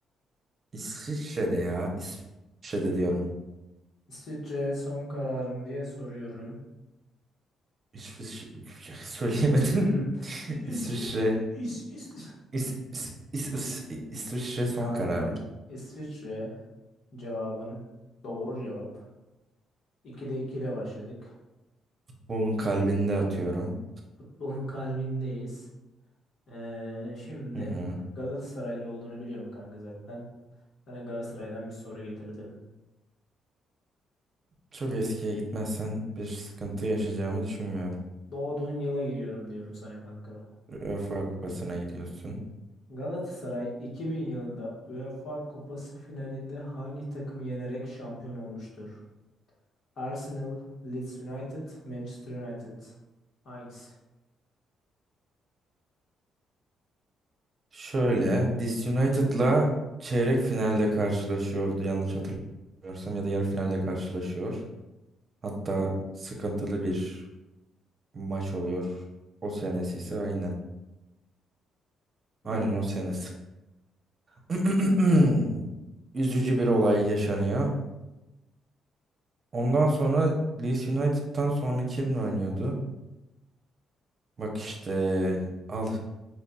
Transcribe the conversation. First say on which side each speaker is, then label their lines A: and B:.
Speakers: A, on the right; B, on the left.
A: İsviçre'de ya. İsviçre'de diyorum.
B: İsviçre son karar mı diye soruyorum.
A: İsviçre <laughs> söyleyemedim.
B: <clears throat> <laughs>
A: <laughs>
B: İs,
A: İsviçre.
B: is, is.
A: İs, İs, İs- İs- İsviçre son
B: Kankam,
A: kararım.
B: İsviçre cevabın doğru cevap. 2'de 2 ile başladık.
A: Onun kalbinde atıyorum.
B: Futbolun kalbindeyiz. Ee, şimdi
A: Hı hı.
B: Galatasaraylı olduğunu biliyorum kanka zaten. Sana Galatasaray'dan bir soru getirdim.
A: Çok eskiye gitmezsen bir sıkıntı yaşayacağımı düşünmüyorum.
B: Doğduğun yıla gidiyorum diyorum sana kanka.
A: UEFA Kupası'na gidiyorsun.
B: Galatasaray 2000 yılında UEFA Kupası finalinde hangi takımı yenerek şampiyon olmuştur? Arsenal, Leeds United, Manchester United. Hangisi?
A: Şöyle, Dis United'la çeyrek finalde karşılaşıyordu yanlış hatırlamıyorsam ya da yarı finalde karşılaşıyor. Hatta sıkıntılı bir maç oluyor. O senesi ise aynen. Aynen
B: Evet.
A: o senesi. <clears throat> Üzücü bir olay yaşanıyor. Ondan sonra Leeds United'tan sonra kim oynuyordu? Bak işte al